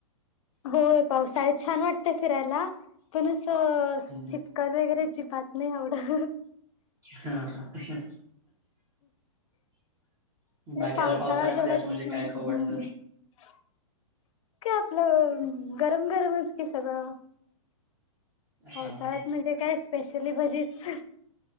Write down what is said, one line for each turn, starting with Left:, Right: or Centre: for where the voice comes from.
Left: होय पावसाळ्यात छान वाटत फिरायला. पण असं
Right: हं हं
Left: चिक्कल वगैरे अजिबात नाही आवडत.
Right: हा हा.
Left: ते
Right: बाकी
Left: पावसाळा
Right: आता पावसाळ्यामध्ये
Left: जेवढा
Right: असं म्हणजे
Left: हम्म
Right: काय खाऊ वाटतं?
Left: <unintelligible> काय आपलं गरम गरमच कि सगळं. पावसाळ्यात
Right: हां हां
Left: म्हणजे काय स्पेशली भजीच.